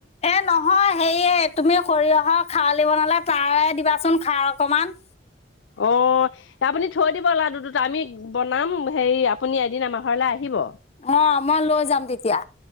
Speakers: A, on the left; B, on the left.
A: এ নহয় সেয়ে তুমি সৰিয়হৰ <unintelligible> খাৱলি বনালে তাৰে দিবাচোন খাৰ অকমান
B: অহ আপুনি থৈ দিব লাডু দুটা, আমি বনাম হেৰি আপুনি এদিন আমাৰ ঘৰলে আহিব।
A: অহ মই লৈ যাম তেতিয়া।